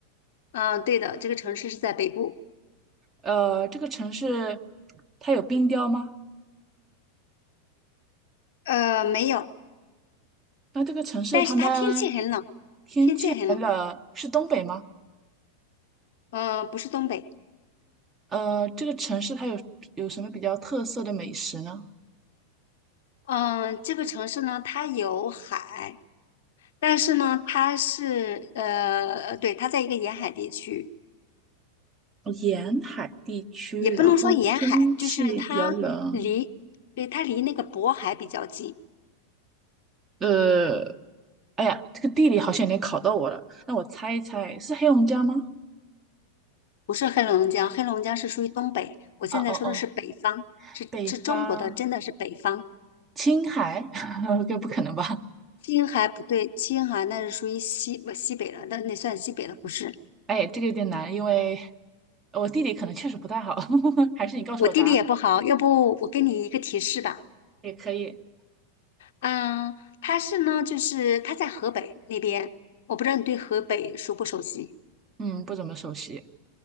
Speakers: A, on the left (about 55°); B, on the right (about 20°).
A: 嗯、对的，这个城市是在北部。
B: 呃，这个城市它有冰雕吗？
A: 呃，没有，
B: 那这个城市他们
A: 但是它天气很冷，
B: 天气寒冷，
A: 天气很冷。
B: 是东北吗？
A: 呃，不是东北。
B: 呃，这个城市它有有什么比较特色的美食呢？
A: 嗯、这个城市呢，它有海，但是呢，它是呃，对，它在一个沿海地区。
B: 沿海地区，
A: 也不能说沿海，
B: 然后天气比较冷，
A: 就是它离，对，它离那个渤海比较近，
B: 呃，哎呀，这个地理好像有点考到我了。那我猜一猜，是黑龙江吗？
A: 不是黑龙江，黑龙江是属于东北，我现在说的是北方，
B: 啊哦哦，
A: 是是中国的，
B: 北方
A: 真的是北方。
B: 青海，<laughs> 这不可能吧？
A: 青海不对，青海那是属于西不西北了，那那算西北了，不是？
B: 哎，这个有点难，因为我地理可能确实不太好，<laughs> 还是你告诉我答案吧
A: 我地理也不好，要不我给你一个提示吧。
B: 也可以。
A: 嗯，它是呢，就是它在河北那边，我不知道你对河北熟不熟悉，
B: 嗯，不怎么熟悉。